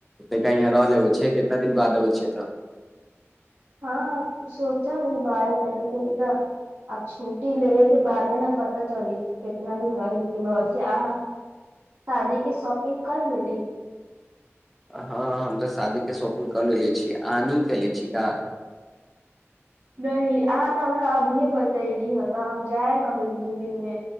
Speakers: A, in the centre; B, on the right.
A: तैका यहाँ रह लेबै छै कितना दिन बाद अबै छै तऽ
B: हँ सोचब ई बारेमे कियक ई तऽ अब छुटी लेैबे के बादे न पता चलि केतना दिन रहैके बा ओहिसे अहाँ शादी के शॉपिंग कर लेली
A: हँ हम तऽ शादीके शॉपिंग कऽ लेे छी आहाँ नहि कएले छी का
B: नहि अहाँ तऽ हमरा अभीेए बतैली ह तऽ हम जायब अब एक दू दिन मे